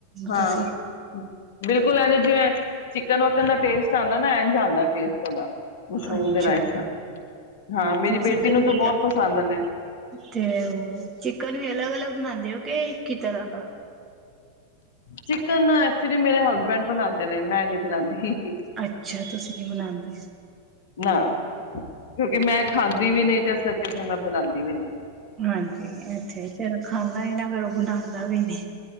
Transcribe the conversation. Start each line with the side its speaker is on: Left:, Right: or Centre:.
Left: ਹਾਂ
Right: ਤੁਸੀਂ।
Left: ਬਿਲਕੁਲ ਇਵੇ ਜਿਵੇਂ ਚਿਕੱਨ ਵੱਕਣ ਦਾ ਟੇਸਟ ਆਉਂਦਾ ਏ ਨਾ ਇੰਝ ਆਉਂਦਾ ਐ ਟੇਸਟ। ਉਹਦਾ ਮਸ਼ਰੂਮ
Right: ਅੱਛਾ
Left: ਦੇ ਰਾਈਸ ਦਾ ਹਾਂ ਮੇਰੀ
Right: ਤੇ ਚਿਕਨ
Left: ਬੇਟੀ ਨੂੰ ਤਾਂ
Right: ਵੀ
Left: ਬਹੁਤ ਪਸੰਦ ਨੇ
Right: ਤੇ ਚਿਕਨ ਵੀ ਅਲਗ ਅਲਗ ਬਣਾਉਦੇ ਹੋ ਕਿ ਇੱਕ ਹੀ ਤਰ੍ਹਾਂ ਦਾ।
Left: ਚਿਕੱਨ ਐਕਚੁਲੀ ਮੇਰੇ ਹਸਬੈਂਡ ਬਣਾਉਂਦੇ ਨੇ, ਮੈਂ ਨੀ ਬਣਾਉਂਦੀ।
Right: ਅੱਛਾ, ਤੁਸੀਂ ਨੀ ਬਣਾਦੇ।
Left: ਨਾਂ। ਕਿਉਂਕਿ ਮੈਂ ਖਾਂਦੀ ਵੀ ਨਹੀਂ ਤੇ ਇਸ ਕਰਕੇ ਫਿਰ ਮੈਂ ਬਣਾਉਂਦੀ ਵੀ ਨਹੀਂ।
Right: ਹਾਂਜੀ, ਇੱਥੇ ਜਿਹੜਾ ਖਾਂਦਾ ਹੈ ਨਾ ਨਾ ਫਿਰ ਉਹ ਬਣਾਦਾ ਵੀ ਨੀ।